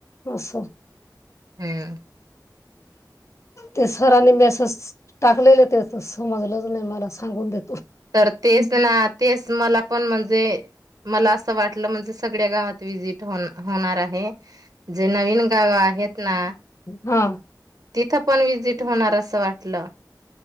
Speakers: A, on the left; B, on the right.
A: अस.
B: ह.
A: ते सरांनी मेसेज टाकलेले त्याच समजलंच नाही मला सांगून देत
B: तर तेच ना तेच मला पण म्हणजे मला असं वाटलं म्हणजे सगळ्या गावात विजिट होणं होणार आहे. जे नवीन गाव आहेत ना
A: हा.
B: तिथं पण व्हजिट होणार असं वाटत तल